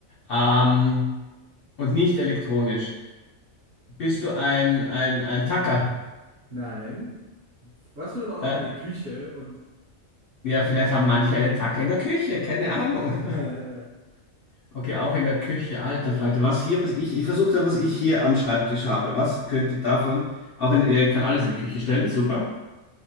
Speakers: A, on the left (about 60°); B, on the right (about 45°).
A: Ähm, und nicht elektronisch. Bist du ein, ein, ein Tacker?
B: Nein. Was findet man auch
A: Äh,
B: in der Küche? Und
A: ja, vielleicht haben manche einen Tacker in der Küche, keine Ahnung.
B: <laughs>
A: <laughs> Okay, auch in der Küche, alter Falter. Was hier, was ich, ich versuche da, was ich hier am Schreibtisch habe. Was könnte davon, auch in, ja, ich kann alles in die Küche stellen, super.